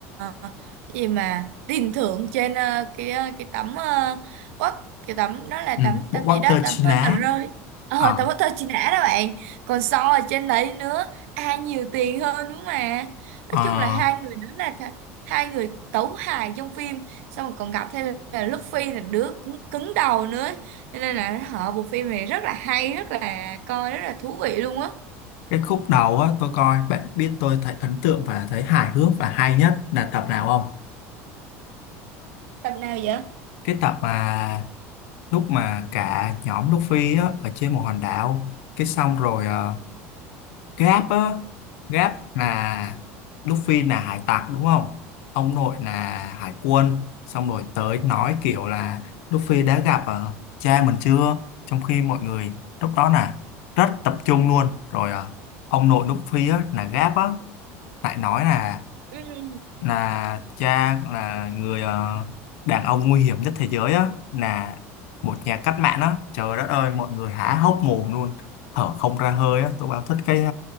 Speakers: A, on the right; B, on the left.
A: ờ, cái gì mà tiền thưởng trên ờ, cái ờ, cái tấm uh, quất cái tấm đó là tấm
B: ừ.
A: tấm
B: bộ
A: gì
B: bóc
A: đó
B: tơ
A: tấm
B: chi
A: ờ,
B: lá
A: tờ rơi ờ
B: Ờ,
A: tấm tờ chi nã đó bạn còn so ở trên đấy nữa ai nhiều tiền hơn nữa mà nói
B: ờ,
A: chung là hai người đó là th- hai người tấu hài trong phim xong rồi còn gặp thêm là Luffy là đứa cứng, cứng đầu nữa Cho nên là họ bộ phim này rất là hay rất là coi rất là thú vị luôn á
B: cái khúc đầu á tôi coi bạn biết tôi thấy ấn tượng và thấy hài hước và hay nhất là tập nào không?
A: tập nào vậy
B: cái tập mà lúc mà cả nhóm Luffy á, ở trên một hòn đảo cái xong rồi ờ, Gap á Gap là Luffy là hải tặc đúng không ông nội là hải quân xong rồi tới nói kiểu là Luffy đã gặp ờ, cha mình chưa trong khi mọi người lúc đó là rất tập trung luôn rồi ờ, ông nội Luffy á, là Gap á lại nói là
A: Ừ.
B: là cha là người ờ, đàn ông nguy hiểm nhất thế giới á là một nhà cách mạng á trời đất ơi mọi người há hốc mồm luôn thở không ra hơi á tôi bao thích cái